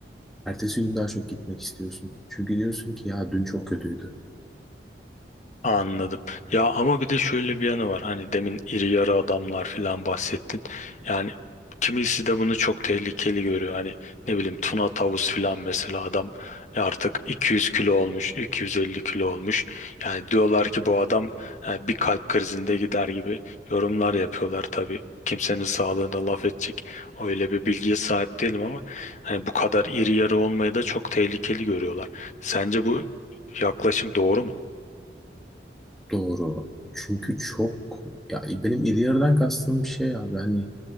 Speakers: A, in the centre; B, on the left.
A: Ertesi gün daha çok gitmek istiyorsun. Çünkü diyorsun ki ya dün çok kötüydü.
B: Anladım. Ya ama bir de şöyle bir yanı var. Hani demin iri yarı adamlar falan bahsettin. Yani kimisi de bunu çok tehlikeli görüyor. Hani ne bileyim tuna tavus falan mesela adam ya artık 200 kilo olmuş, 250 kilo olmuş. Yani diyorlar ki bu adam yani bir kalp krizinde gider gibi yorumlar yapıyorlar tabii. Kimsenin sağlığına laf edecek öyle bir bilgiye sahip değilim ama hani bu kadar iri yarı olmayı da çok tehlikeli görüyorlar. Sence bu yaklaşım doğru mu?
A: Doğru. Çünkü çok ya benim iri yarıdan kastığım şey abi hani